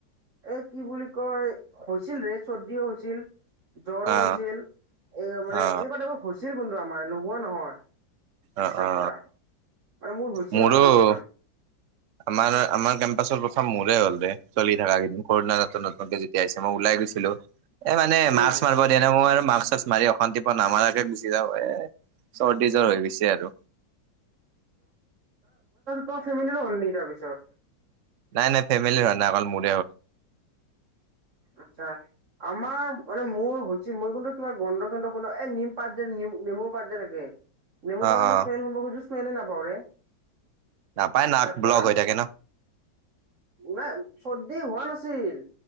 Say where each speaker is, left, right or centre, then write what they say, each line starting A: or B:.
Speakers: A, on the right; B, on the right.
A: এ কি বুলি কয় হৈছিল ৰে চৰ্দিও হৈছিল জ্বৰো
B: অ
A: হৈছিল এই মানে
B: অ
A: এনেকুৱা টাইপত হৈছিল কিন্তু আমাৰ নোহোৱা নহয়।
B: অ
A: বিশ্বাস
B: অ
A: কৰা মানে মোৰ হৈছিল
B: মোৰো
A: অকমান অকণমান
B: আমাৰ আমাৰ কেম্পাচৰ প্ৰথম মোৰে হলৰে চলি থাককা কেইদিন কৰুণা নতুন নতুনকে যেতিয়া আহছে মই ওলাই গো এ মানে
A: উম
B: মাছ মাৰ দনে মই আৰু মাছ চাছ মাৰি অশান্তি। নামাৰাকে গুচি যাওঁ এ চৰ্দি জৰ হৈ গৈছে আৰু।
A: ত ফেমিলি হ'ল ন তাৰপিছত।
B: নাই নাই ফেমিলি নয় অকল মোৰ।
A: আচ্ছা। আমাৰ মানে মোৰ হৈছিল মই কিন্তু কিবা গন্ধ চন্ধ শুন এ নিম পাতজম নেমুৰ পাতজে থাকে। নেমু
B: অ
A: পান
B: অ
A: মোৰ স্মেল কি স্মেললো নাপাওঁৰে।
B: নাপায়
A: বিশ্বাস
B: নাক
A: কৰা
B: ব্লক হৈ থাকে ন
A: না চৰ্দি। হোৱা নাছিল